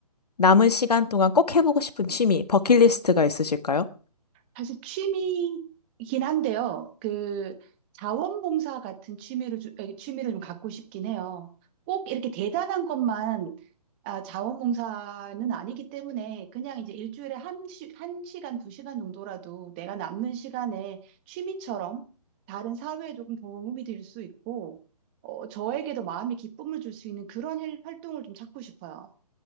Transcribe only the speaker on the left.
남은 시간 동안 꼭 해보고 싶은 취미, 버킷리스트가 있으실까요?